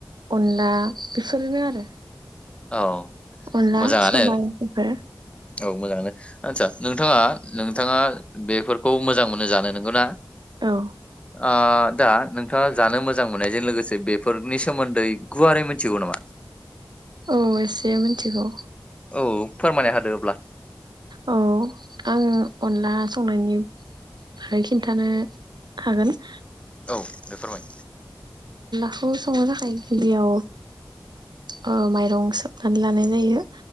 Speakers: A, on the right; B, on the left.
A: अनला बेफोरनो आरो।
B: औ
A: अनला
B: मोजाङानो
A: सबाय बेफोरो।
B: औ मोजाङानो आदसा नोंथाङा नोंथाङा बेफोरखौ मोजां मोनो जानो नंगौ ना?
A: औ
B: आ दा नोंथाङा जानो मोजां मोननायजों लोगोसे बेफोरनि सोमोन्दै गुवारै मिथिगौ नामा?
A: औ एसे मिथिगौ।
B: औ फोरमायना होदो अब्ला?
A: औ आङो अनला संनायनि बारै खिन्थानो हागोन।
B: औ दे फोरमाय।
A: खौ संनो थाखाय गिबियाव ओ माइरं सोबनानै लानाय जायो।